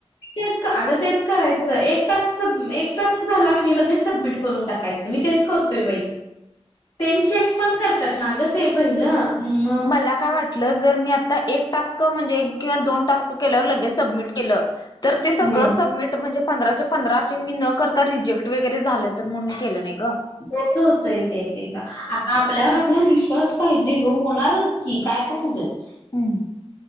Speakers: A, on the left; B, on the left.
A: ते क अग तेच करायचं, एक टास्क सबमी एक टास्क झाला लगेच सबमिट करून टाकायच. मी तेच करतोय बाई.
B: <inaudible>
A: ते नी चेक पण करतात ना ग ते पहिलं म
B: <unintelligible> ला काय वाट टल जर मी आता एक टास्क म्हणजे किवा दोन टास्क केल्यावर लगे सबमिट केलं. तर ते सगळं
A: हम्म.
B: सबमिट म्हणजे पंधराच्या पंधरा असे मी न, करता रिजेक्ट ट वगैरे झालं तर म्हणून केलं नाही ग.
A: <unintelligible> बर होतय ते एक एकदा आता आपल्यावर आपला विश्वास पाहिजे गो होणारच की काय पण हुदेत.
B: हम्म.